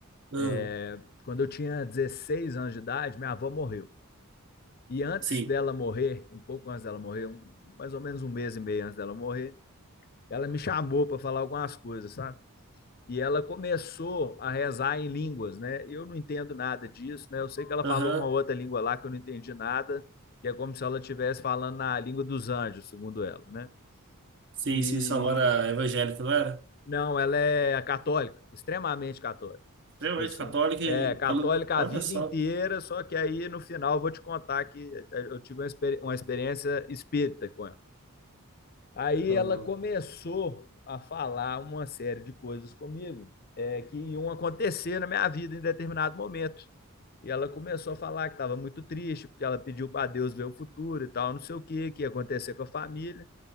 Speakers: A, on the right; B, on the left.
A: Hum,
B: É, quando eu tinha 16 anos de idade, minha avó morreu. E antes
A: sim.
B: dela morrer, um pouco antes dela morrer, um, mais ou menos um mês e meio antes dela morrer, ela me chamou para falar algumas coisas, sabe? E ela começou a rezar em línguas, né? Eu não entendo nada disso, né? Eu sei que ela
A: Aham,
B: falou uma outra língua lá que eu não entendi nada, que é como se ela estivesse falando na língua dos anjos, segundo ela, né?
A: sim,
B: E
A: sim. Sua avó era evangélica, não era?
B: Não, ela é católica, extremamente católica.
A: Extremamente
B: Tipo assim,
A: católica
B: é
A: e
B: católica
A: falando, olha
B: a vida
A: só.
B: inteira, só que aí no final eu vou te contar que eu tive uma experi- uma experiência espírita com ela. Aí
A: Ah,
B: ela começou a falar uma série de coisas comigo, é, que iam acontecer na minha vida em determinado momento. E ela começou a falar que estava muito triste, porque ela pediu para Deus ver o futuro e tal, não sei o que, que ia acontecer com a família.